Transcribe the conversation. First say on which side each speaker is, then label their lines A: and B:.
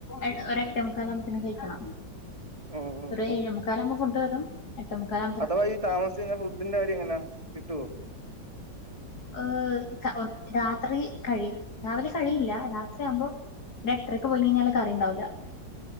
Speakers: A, on the left (about 60°); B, on the right (about 20°).
A: എ ഒരെട്ടേ മു ക്കാലാവുമ്പത്തിനും കഴ്ക്കണം.
B: ഓഹ് ഓഹ്
A: ഒര്
B: ഓഹ്
A: ഏഴെ മുക്കാലാവുമ്പം ഫുഡ് വരും എട്ടേ മുക്കാലാ
B: അഥവാ ഈ താമസിച്ചയ്ഞ്ഞ ഫുഡിന്റെ കാര്യം എങ്ങനാ, കിട്ടുവോ?
A: ഏഹ് ക രാത്രി കഴിയും. രാവിലെ കഴിയില്ല. രാത്രി ആവുമ്പോ ഒരെട്ട്രെക്ക് പോയി കഴ്ഞ്ഞാൽ കറിണ്ടാവൂല.